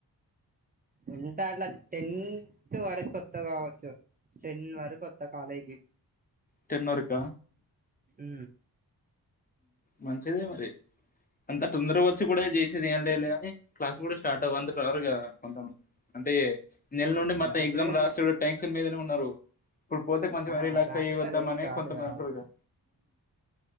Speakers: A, on the right; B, on the left.
A: ఉంటలా టెన్త్ వరకు కొత్త కావచ్చు టెన్ వారకొత్త కాలేజీకి
B: టెన్ వరక
A: ఉ
B: మంచిదే మరి అంత తొందరగా వచ్చి కూడా చేసేది ఏం లేలే అని క్లాస్ కూడా స్టార్ట్ అవ్వ అంత రారుగ కొంత మంది అంటే నెల నుండి మత్
A: క్లాసులు
B: ఎగ్జామ్
A: గాని
B: రాసుడు ట్యాంక్క్షన్ మీదనే ఉన్నారు ఇప్పుడు పోతే కొంచెం
A: ఆ
B: రిలాక్స్
A: క్లాసులు
B: అయ్యి వద్దాంమని
A: గాని ఏం స్టార్ట్
B: కొంతమంది
A: కావు
B: ఉంటారు కదా